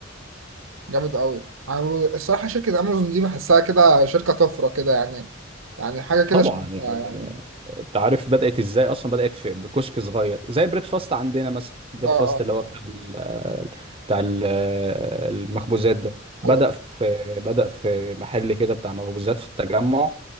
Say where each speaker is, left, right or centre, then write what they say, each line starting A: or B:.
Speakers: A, on the right; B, on the right.
A: جامد قوي انا بقول- الصراحه شركه امازون دي بحسها كده شركه طفره كده يعني يعني حاجه كده
B: طبعا
A: شبه-
B: يعني
A: يعني
B: انت عارف بدات ازاي اصلا بدات في بكشك صغير زي بريد فاست عندنا مثلا بريد
A: اه
B: فاست
A: اه.
B: اللي هو بتاع ال- بتاع ال- المخبوزات ده بدا
A: ايوه
B: في بدا في محل كده بتاع مخبوزات في التجمع